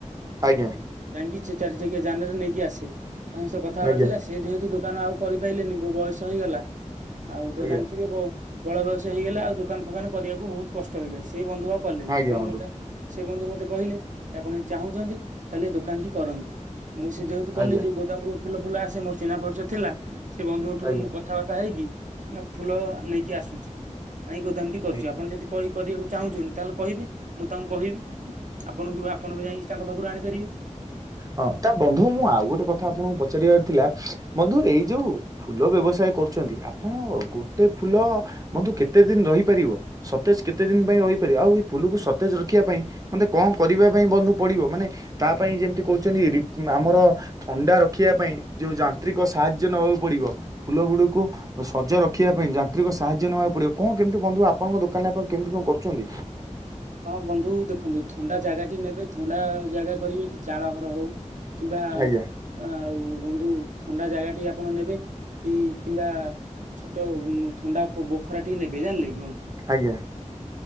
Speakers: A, on the right (about 30°); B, on the right (about 75°).
A: ଆଜ୍ଞା।
B: ଆଣିକି ଚାରି ଚକିଆ ଯାନରେ ନେଇକି ଆସେ। ତାଙ୍କ ସହ କଥାବାର୍ତ୍ତା
A: ଆଜ୍ଞା
B: ଥିଲା ସେ ଯେହେତୁ ଦୋ ଦୋକାନ ଆଉ କରିପାଇଲେନି ବ ବୟସ ହେଇଗଲା। ଆଉ ତ
A: ଆଜ୍ଞା।
B: ଜାଣିଥିବେ ବ ବଳ ବୟସ ହେଇଗଲେ ଆଉ ଦୋକାନ ଫୋକାନ କରିବାକୁ ବହୁତ କଷ୍ଟ ହେଇଯାଏ। ସେ ବନ୍ଧୁ ଆଉ କଲେନି
A: ଆଜ୍ଞା
B: ଆପଣ
A: ବନ୍ଧୁ
B: ମତେ ସେ ବନ୍ଧୁ ମତେ କହିଲେ ଆପଣ ଚାହୁଁଛନ୍ତି ତାହେଲେ ଏ ଦୋକାନ ଟି କରନ୍ତୁ। ମୁଁ ସେ ଯେହେତୁ କଲି
A: ଆଜ୍ଞା
B: ଯୋଉ ଗୋଦାମରୁ ଫୁଲ ଫୁଲ ଆସେ, ମୋର ଚିହ୍ନାପରିଚ ଥିଲା ସେ ବନ୍ଧୁଙ୍କଠରୁ
A: ଆଜ୍ଞା
B: ମୁଁ କଥାବାର୍ତ୍ତା ହେଇକି ଫୁଲ ନେଇକି ଆସୁଛି। ଏଇ ଗୋଦାମଟି କରୁଛି,
A: ଆଜ୍ଞା
B: ଆପଣ ଯଦି କହି କରିବାକୁ ଚାହୁଁଛନ୍ତି ତାହେଲେ କହିବେ ମୁଁ ତାଙ୍କୁ କହିବି। ଆପଣଙ୍କୁ ଆପଣ ବି ଯାଇକି ତାଙ୍କ ପାଖରୁ ଆଣିପାରିବେ।
A: ହଁ ତା ବନ୍ଧୁ ମୁଁ ଆଉ ଗୋଟେ କଥା ଆପଣଙ୍କୁ ପଚାରିବାର ଥିଲା ବନ୍ଧୁ ଏଇ ଯୋଉ ଫୁଲ ବ୍ୟବସାୟ କରୁଛନ୍ତି, ଆପଣ ଗୋଟେ ଫୁଲ ବନ୍ଧୁ କେତେଦିନ ରହିପାରିବ? ସତେଜ୍ କେତେଦିନ ପାଇଁ ରହିପାରିବ? ଆଉ ଏ ଫୁଲ କୁ ସତେଜ ରଖିବା ପାଇଁ କଣ କରିବା ପାଇଁ ବନ୍ଧୁ ପଡିବ? ମାନେ ତା ପାଇଁ ଯେମିତି କହୁଛନ୍ତି, ରି ଆମର ଥଣ୍ଡା ରଖିବା ପାଇଁ ଯୋଉ ଯାନ୍ତ୍ରିକ ସାହାଯ୍ୟ ନ ନବାକୁ ପଡିବ ଫୁଲ ଗୁଡିକୁ ସଜ ରଖିବା ପାଇଁ ଯାନ୍ତ୍ରିକ ସାହାଯ୍ୟ ନବାକୁ ପଡିବ କଣ କେମିତି ବନ୍ଧୁ ଆପଣଙ୍କ ଦୋକା ଦୋକାନ ଆପଣ କେମିତି କଣ କରୁଛନ୍ତି?
B: ହଁ ବନ୍ଧୁ ଦେଖନ୍ତୁ ଥଣ୍ଡା ଜାଗା ଟି ନେବେ ଥଣ୍ଡା ଜାଗା କରିବେ କି ଚାଳ ଘର ହଉ। କିମ୍ବା
A: ଆଜ୍ଞା
B: ଆଉ ବନ୍ଧୁ ଥଣ୍ଡା ଜାଗାଟି ଆପଣ ନେବେ କି କିମ୍ବା ଛୋଟ ଥଣ୍ଡା ଖରାଟିଏ ନେବେ ଜାଣିଲେ କି ବ
A: ଆଜ୍ଞା।